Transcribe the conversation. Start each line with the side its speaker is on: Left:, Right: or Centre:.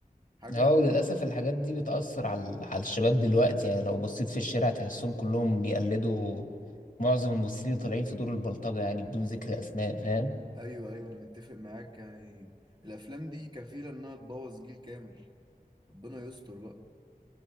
Right: حاجه
Left: اه وللاسف الحاجات دي بتأثر على على الشباب دلوقتي يعني لو بصيت في الشارع تحسهم كلهم بيقلدوا معظم الممثلين اللي طالعين في دور البلطجة يعني بدون ذكر اسماء فاهم
Right: ايوه ايوه انا متفق معاك يعني الافلام دي كفيله انها تبوظ جيل كامل ربنا يستر بقى